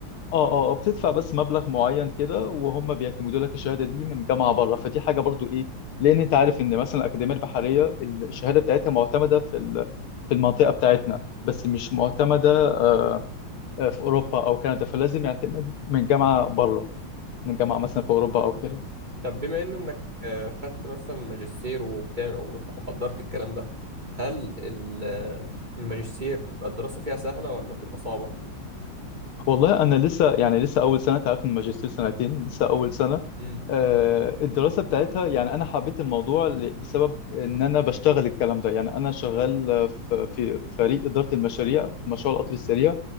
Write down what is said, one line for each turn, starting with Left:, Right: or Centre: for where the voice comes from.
Left: اه اه آه، بتدفع بس مبلغ معين كده وهم بيعتمدوا لك الشهاده دي من جامعه بره فدي حاجه برضو ايه لان انت عارف ان مثلا الاكاديميه البحريه الشهاده بتاعتها معتمده في ال- في المنطقه بتاعتنا بس مش معتمده آه، آه، في اوروبا او كندا فلازم يعتمد من جامعه بره من جامعه مثلا في اوروبا او كده
Right: طب بما ان انك آه، خدت مثلا ماجستير وبتعمل وحضرت الكلام ده هل ال- آه، الماجستير بيبقى الدراسة فيها سهلة ولا بتبقى صعبة؟
Left: والله انا لسه يعني لسه اول سنه تعرف إن الماجستير سنتين لسه اول سنه
Right: امم
Left: آه، الدراسه بتاعتها يعني انا حبيت الموضوع ل- بسبب ان انا بشتغل الكلام ده يعني انا شغال في في فريق اداره المشاريع في مشروع القطر السريع